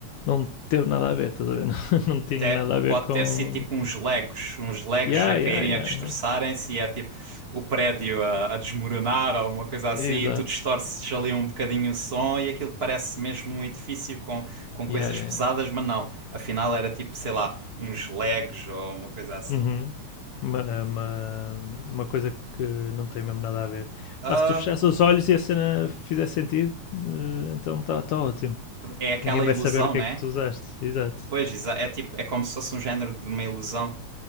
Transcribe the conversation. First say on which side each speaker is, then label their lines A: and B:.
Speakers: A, on the left (about 85°); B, on the right (about 60°).
A: não teve nada a ver, estás a ver? <laughs> Não, não tinha
B: Até
A: nada a ver
B: pode
A: com.
B: ter sido tipo uns legos, uns legos
A: Yeah,
B: a caírem,
A: yeah, yeah,
B: a destroçarem-se
A: yeah.
B: e é tipo o prédio a, a desmoronar ou uma coisa assim
A: Exato.
B: e tu distorces ali um bocadinho o som e aquilo parece mesmo um edifício com, com
A: Yeah,
B: coisas
A: yeah.
B: pesadas,
A: yeah.
B: mas não. Afinal era tipo, sei lá, uns legos ou uma coisa assim.
A: Uhum. Uma, uma, uma coisa que não tem mesmo nada a ver.
B: Ahm,
A: Pá, se tu fechares os olhos e a cena fizer sentido, eh, então está tá ótimo.
B: é aquela
A: Ninguém vai
B: ilusão,
A: saber o que
B: né?
A: é que tu usaste. Exato.
B: Pois, exa- é tipo, é como se fosse um género de uma ilusão.